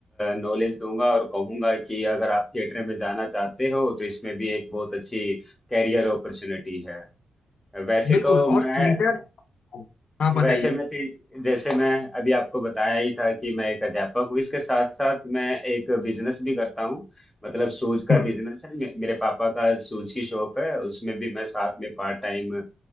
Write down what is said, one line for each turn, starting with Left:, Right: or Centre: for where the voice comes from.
Centre: नॉलेज दूंगा और कहूंगा कि अगर आप थिएटर में जाना चाहते हो तो इसमें भी एक बहुत अच्छी कैरियर अपॉर्चुनिटी है वैसे
Left: बिल्कुल
Centre: तो मैं
Left: और थिएटर हाँ बताइए
Centre: वैसे मैं टी- जैसे मैं अभी आपको बताया ही था कि मैं एक अध्यापक हूँ इसके साथ साथ मैं एक बिजनेस भी करता हूँ मतलब शूज
Left: हम्म
Centre: का बिजनेस है मे- मेरे पापा का शूज की शॉप है उसमें भी मैं साथ में पार्ट टाइम